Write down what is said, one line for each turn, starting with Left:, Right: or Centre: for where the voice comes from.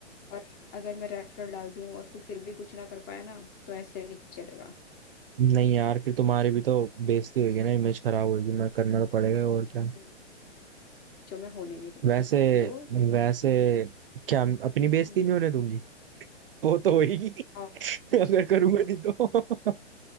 Left: और अगर मैं रेफरल डाल दूं और तू फिर भी कुछ ना कर पाया ना तो ऐसे नहीं चलेगा
Right: नहीं यार फिर तुम्हारी भी तो बेइज्जती होगी ना इमेज खराब होगी ना करना तो पड़ेगा और क्या
Left: हम्म। जो मैं होने नहीं दूंगी
Right: वैसे
Left: तो
Right: वैसे क्या अपनी बेइज्जती
Left: हम्म,
Right: नहीं होने दूंगी वो तो होगी
Left: और
Right: <laughs> अगर करूंगा नहीं तो <laughs>